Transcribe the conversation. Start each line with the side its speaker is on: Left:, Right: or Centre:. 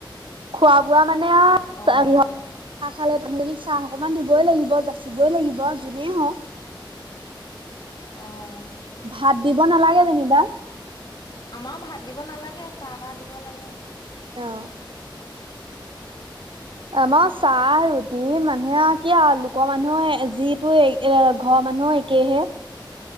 Right: খোৱা -বোৱা মানে, অ'
Left: অ',
Right: <unintelligible> চাহ খালে, মানুহকেইজনীক চাহ অকমান দিবই লাগিব। যাচিবই লাগিব, যোনেই হওঁক।
Left: অ'!
Right: ভাত দিব নালাগে যেনিবা।
Left: আমাৰো ভাত দিব নালাগে। চাহ- তাহ দিব লাগে। <inaudible>
Right: অ আমাৰো চাহ, ৰুটি মানুহে আৰু কি আৰু লোকৰ মানুহৰ যিটোৱে এ, ঘৰৰ মানুহো একেইহে।